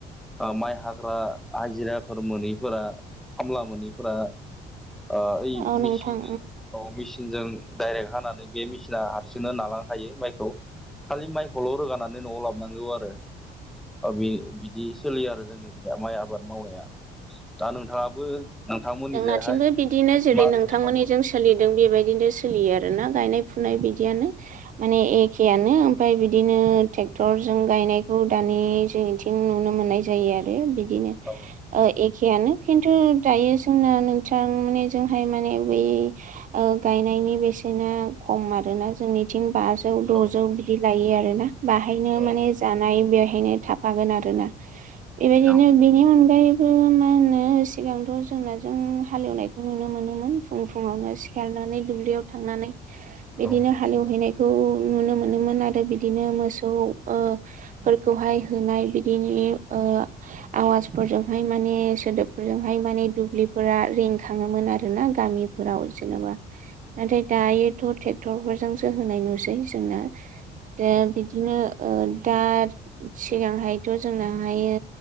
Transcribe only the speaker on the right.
औ नोंथां
जोंनाथिंबो
बिदिनो जेरै
नोंथांमोननिजों
सोलिदों बेबायदिनो सोलियो आरोना गायनाय फुनाय बिदियानो माने एखेयानो ओम फाय बिदिनो ट्रेक्टरजों गायनायखौ दानि जोंनिथिं नुनो मोननाय जायो आरो। बिद दिनो
ओ एखेयानो खिन्थु दायो जोंना नोंथां माने जोंहाय माने बै ओ गायनायनि बेसेना खम आरोना। जोंनि थिं बाजौ द'जौ
बिदि लायो आरोना बाहायनो
माने
जानाय बेवहायनो था फागोन आरोना। बेबायदिनो
बिनि अनगायैबो मा होनो ओ सिगांथ' जोंनाजों हालेवनायखौ नुनो मोनोमोन फुं फुङावनो सिखारनानै दुब्लियाव थांनानै बिदिनो
हालेवहैनायखौ नुनो मोनोमोन आरो बिदिनो मोसौ ओ फोरखौहाय होनाय बिदिनि ओ आवाजफोरजोंहाय माने सोदोब फोरफोरजोंहाय माने दुब्लिफोरा रिंखाङोमोन आरो ना गामिफोराव जेनबा नाथाय दायोथ' ट्रेक्टर फोरजोंसो होनाय नुसै। जोंना दा बिदिनो ओ दा सिगांहायथ' जोंनाहायो